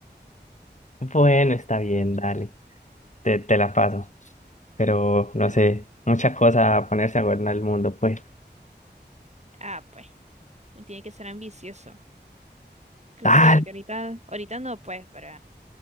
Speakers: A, on the left; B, on the right.
A: bueno, está bien, dale. te, te la paso. Pero no
B: Pero
A: sé,
B: bueno.
A: mucha cosa a ponerse a gobernar el mundo, pues.
B: Ah, pues, no tiene que ser ambicioso. C-
A: tal
B: Claro que ahorita, ahorita no, pues, pero